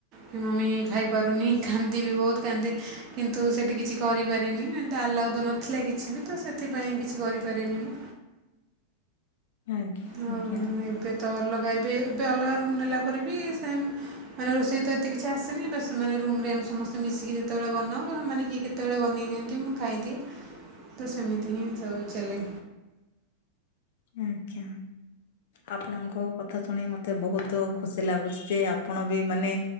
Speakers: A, on the right; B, on the left.
A: କି ମମି ଖାଇପାରୁନି। କାନ୍ଦିବି ବହୁତ କାନ୍ଦେ କିନ୍ତୁ ସେଠି କିଛି କରିପାରେନି ଏମିତି ଆଲାଉ ତ ନଥିଲା କିଛି ବି ତ ସେଥିପାଇଁ କିଛି କରିପାରେନି ମୁଁ।
B: ଆଜ୍ଞା
A: ଆଉ
B: ଆଜ୍ଞା।
A: ଏବେ ତ ତ ଅଲଗା ଏବେ ଏବେ ଅଲଗା ରୁମ ନେଲା ପରେ ବି ସେମ ମାନେ ରୋଷେଇ ତ ଏତେ କିଛି ଆସେନି ବାସ ମାନେ ରୋ ରୁମ ରେ ଆମେ ସମସ୍ତେ ମିଶିକି ଯେତେବେଳେ ବନାଉ ତ ସେମାନେ କିଏ କେତେବେଳେ ବନେଇ ଦିଅନ୍ତି ମୁଁ ଖାଇଦିଏ। ତ ସେମିତି ହିଁ ସବୁ ଚାଲେ।
B: ଆଜ୍ଞା ଆପଣଙ୍କ କଥା ଶୁଣି ମତେ ବହୁତ ଖୁସି ଲାଗୁଛି ଯେ ଆପଣ ବି ମାନେ